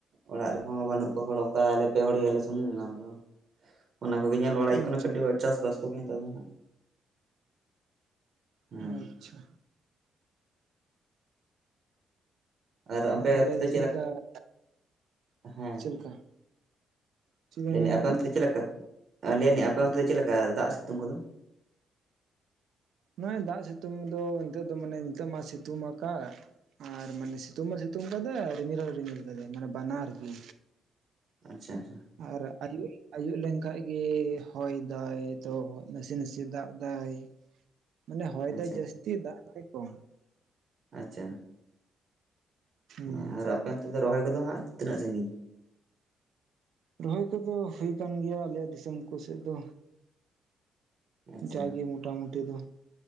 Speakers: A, on the right; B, on the right.
A: ᱚᱲᱟᱜ ᱨᱮᱦᱚᱸ ᱵᱟᱹᱱᱩᱜ ᱠᱚᱣᱟ ᱦᱚᱲ ᱚᱱᱠᱟ ᱟᱞᱮ ᱯᱮ ᱦᱚᱲ ᱜᱮᱭᱟᱞᱮ ᱥᱩᱢᱩᱝ ᱟᱫᱚ ᱚᱱᱟ ᱠᱚᱜᱮ ᱧᱮᱞ ᱵᱟᱲᱟᱭ ᱦᱩᱭᱩᱜ ᱠᱟᱱᱟ
B: ᱟᱪᱪᱷᱟ
A: ᱠᱟᱹᱴᱤᱡ ᱪᱟᱥᱼᱵᱟᱥ ᱠᱚᱜᱮ ᱱᱮᱛᱟᱨ ᱫᱚ ᱦᱟᱸᱜ᱾ ᱦᱮᱸ
B: ᱟᱪᱪᱷᱟ᱾
A: ᱟᱨ ᱟᱯᱮ
B: ᱛᱟᱦᱞᱮ
A: ᱚᱱᱛᱮ ᱫᱚ
B: ᱪᱮᱫ ᱞᱮᱠᱟ <inaudible>
A: ᱦᱮᱸ
B: ᱪᱮᱫ ᱞᱮᱠᱟ? ᱪᱮᱫ ᱵᱮᱱ
A: ᱞᱟᱹᱭ ᱟᱸᱧ
B: ᱢᱮᱱ
A: ᱟᱯᱮ
B: ᱠᱮᱫᱟ
A: ᱚᱱᱛᱮ ᱫᱚ ᱪᱮᱫ ᱞᱮᱠᱟ ᱞᱟᱹᱭ ᱟᱞᱤᱧ ᱟᱯᱮ ᱚᱱᱛᱮ ᱫᱚ ᱪᱮᱫ ᱞᱮᱠᱟ ᱫᱟᱜ ᱥᱤᱛᱩᱝ ᱠᱚᱫᱚ?
B: ᱱᱚᱜᱼᱚᱭ ᱫᱟᱜ ᱥᱤᱛᱩᱝ ᱫᱚ ᱱᱤᱛᱚᱜ ᱫᱚ ᱢᱟᱱᱮ ᱱᱤᱛᱚᱜ ᱢᱟ ᱥᱤᱛᱩᱝ ᱟᱠᱟᱫ᱾ ᱟᱨ ᱢᱟᱱᱮ ᱥᱤᱛᱩᱝ ᱦᱚᱸ ᱥᱤᱛᱩᱝ ᱟᱠᱟᱫᱟᱭ ᱟᱨ ᱨᱤᱢᱤᱞ ᱦᱚᱸᱭ ᱨᱤᱢᱤᱞ ᱟᱠᱟᱫᱟᱭ ᱢᱟᱱᱮ ᱵᱟᱱᱟᱨ ᱜᱮ᱾
A: ᱟᱪᱪᱷᱟ ᱟᱪᱪᱷᱟ᱾
B: ᱟᱨ ᱟᱭᱩᱵ ᱟᱭᱩᱵ ᱞᱮᱱ ᱠᱷᱟᱱ ᱜᱮᱤ ᱦᱚᱭ ᱫᱟᱭ ᱛᱚ ᱱᱟᱥᱮ ᱱᱟᱥᱮ ᱫᱟᱜ ᱫᱟᱭ᱾
A: <inaudible>
B: ᱢᱟᱱᱮ ᱦᱚᱭ
A: ᱟᱪᱪᱷᱟ
B: ᱫᱟᱭ ᱡᱟᱹᱥᱛᱤ
A: ᱟᱪᱪᱷᱟ
B: ᱫᱟᱜ ᱫᱟᱭ ᱠᱚᱢ᱾
A: ᱟᱪᱪᱷᱟ᱾
B: ᱦᱩᱸ
A: <unintelligible> ᱟᱨ ᱟᱯᱮ ᱚᱱᱛᱮ ᱫᱚ ᱨᱚᱦᱚᱭ ᱠᱚᱫᱚ ᱦᱟᱸᱜ ᱛᱤᱱᱟᱹᱜ ᱥᱟᱺᱜᱤᱧ?
B: ᱨᱚᱦᱚᱭ ᱠᱚᱫᱚ ᱦᱩᱭ ᱟᱠᱟᱱ ᱜᱮᱭᱟ ᱟᱞᱮᱭᱟᱜ ᱫᱤᱥᱚᱢ ᱠᱚ ᱥᱮᱫ ᱫᱚ᱾
A: ᱟᱪᱪᱷᱟ
B: ᱡᱟᱜᱮ ᱢᱚᱴᱟᱢᱩᱴᱤ ᱫᱚ᱾